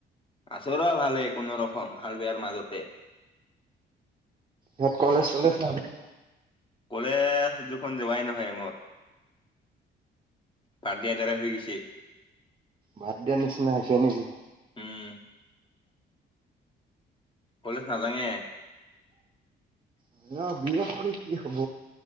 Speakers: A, on the left (about 25°); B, on the right (about 25°).
A: আছো ৰহ ভালেই কোনো ৰকম ভাল বেয়াৰ মাজতে।
B: মোৰ কলেজ চলেজ থাকে।
A: কলেজ দেখনোন যোৱাই নহয় মোৰ। বাদ দিয়াৰ দৰে হৈ গৈছে।
B: বাদ দিয়াৰ নিচিনা হৈছে নেকি?
A: উম কলেজ নাাজাঙে।
B: <unintelligible> কি হ'ব।